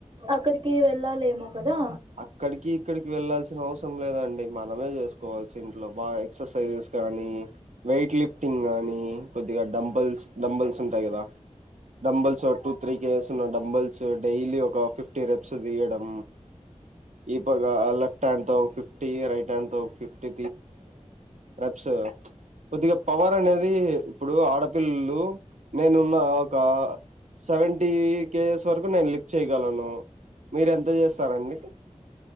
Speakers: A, on the right; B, on the right.
A: అక్కడికి వెళ్ళాలేమో కదా
B: అక్కడికి ఇక్కడికి వెళ్లాల్సి చ్చిన అవసరం లేదండి మనమే చేసుకోవల్సి ఇంట్లో బాగా ఎక్సర్సైజెస్ గానీ వెయిట్ లిఫ్టింగ్ గానీ కొద్దిగా డంబల్స్ డంబల్స్ ఉంటాయి కదా డంబల్స్ ఓ టూ త్రీ కేజెస్ ఉన్న డంబల్స్ డైలీ ఒక ఫిఫ్టీ రెప్స్ దియడం ఈ పక్కా లెఫ్ట్ హ్యాండ్ తో ఫిఫ్ ఫిఫ్టీ రైట్ హ్యాండ్ తో ఫిఫ్టీ రెప్స్ కొద్దిగా పవర్ అనేది ఇప్పుడు ఆడపిల్లలు నేనున్న ఒక సెవెంటీ కేజెస్ వరకు నేను లిఫ్ట్ చేయగలను మీరు ఎంత చేస్తారండి